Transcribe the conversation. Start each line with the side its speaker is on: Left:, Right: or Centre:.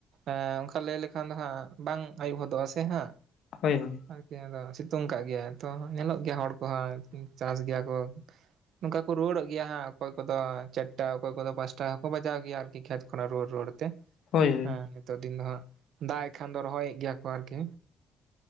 Right: ᱮ ᱚᱱᱠᱟ ᱞᱟᱹᱭ ᱞᱮᱠᱷᱟᱱ ᱫᱚ ᱦᱟᱸᱜ ᱵᱟᱝ ᱟᱹᱭᱩᱵ ᱦᱚᱫᱚᱜ-ᱟ ᱥᱮ ᱦᱟᱸᱜ,
Left: ᱦᱳᱭ ᱦᱳᱭ
Right: ᱟᱨᱠᱤ ᱟᱫᱚ ᱥᱤᱛᱩᱝ ᱠᱟᱜ ᱜᱮᱭᱟᱭ ᱛᱚ ᱧᱮᱞᱚᱜ ᱜᱮᱭᱟ ᱦᱚᱲ ᱠᱚ ᱦᱚᱸ ᱟᱨᱠᱤ ᱪᱟᱥ ᱜᱮᱭᱟ ᱠᱚ ᱱᱚᱝᱠᱟ ᱠᱚ ᱨᱩᱭᱟᱹᱲᱚᱜ ᱜᱮᱭᱟ ᱦᱟᱸᱜ ᱚᱠᱚᱭ ᱠᱚᱫᱚ ᱪᱟᱨᱴᱟ ᱚᱠᱚᱭ ᱠᱚᱫᱚ ᱯᱟᱸᱪᱴᱟ ᱦᱚᱸ ᱠᱚ ᱵᱟᱡᱟᱣ ᱜᱮᱭᱟ ᱟᱨᱠᱤ ᱠᱷᱮᱛ ᱠᱷᱚᱱᱟᱜ ᱨᱩᱣᱟᱹᱲ ᱨᱩᱣᱟᱹᱲ ᱛᱮ᱾
Left: ᱦᱳᱭ ᱦᱳᱭ
Right: ᱦᱮᱸ ᱱᱤᱛᱚᱜ ᱫᱤᱱ ᱫᱚ ᱦᱟᱸᱜ ᱫᱟᱜ ᱮ ᱠᱷᱟᱱ ᱫᱚ ᱨᱚᱦᱚᱭᱮᱫ ᱜᱮᱭᱟ ᱠᱚ ᱟᱨᱠᱤ᱾